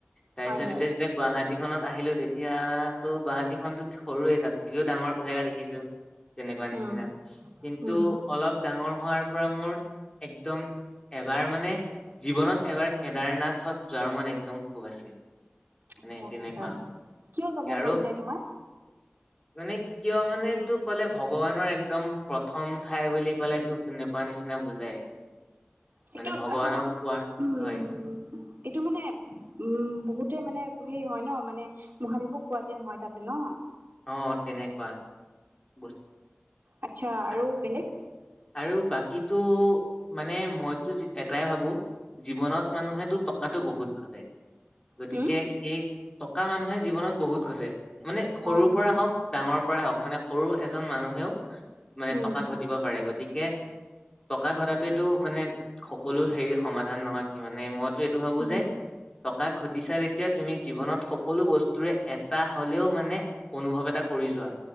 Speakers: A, on the left (about 20°); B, on the right (about 60°).
A: তাৰ পিছত
B: হয় হয়
A: এতিয়া যেতিয়া গুৱাহাটী খনত আহিলো তেতিয়া তো' গুৱাহাটী খনতো সৰুৱে, তাত কেও ডাঙৰ জেগা দেখিছো। তেনেকোৱা নিচিনা
B: উম
A: কিন্তু
B: উম
A: অলপ ডাঙৰ হোৱাৰ পৰা মোৰ একদম এবাৰ মানে জীৱনত এবাৰ কেদাৰনাথত যোৱাৰ মন একদম খুব আছে। মানে
B: আচ্ছা
A: তেনেকুৱা
B: আচ্ছা কিয় যাব
A: আৰু
B: মন যায় তোমাৰ?
A: মানে কিয় মানে এইটো ক'লে ভগৱানৰ একদম প্ৰথম ঠাই বুলি ক'লে তোক তেনেকোৱা নিচিনা বুজাই
B: এইটো‌
A: মানে ভগৱানক
B: অ
A: পোৱাৰ
B: উম
A: হয়
B: এইটো মানে- উম বহুতে মানে সেই হয় ন মানে মহাদেৱক পোৱা যেন হয় তাতে ন উম
A: অ তেনেকুৱা বস্তু
B: আচ্ছা
A: আৰ-
B: আৰু বেলেগ।
A: আৰু বাকীতো মানে মইতো এটাই ভাবোঁ। জীৱনত মানুহেতো টকাতটো বহুত ঘটে। গতিকে
B: হম
A: সেই টকা মানুহে জীৱনত বহুত ঘটে মানে সৰুৰ
B: হয়
A: পৰা
B: হয়
A: হওঁক ডাঙৰ পৰাই হওঁক মানে সৰু এজন মানুহেও মানে
B: উম
A: টকা ঘটিব পাৰে গতিকে তাকে টকা ঘটাটো এইটো মানে সকলো হেৰি সমাধান নহয় কি মানে মই এইটো ভাবো
B: উম
A: যে টকা ঘটিছা তেতিয়া তুমি জীৱনত সকলো বস্তু তোৰে এটা হ'লেও মানে অনুভৱ এটা কৰি যোৱা।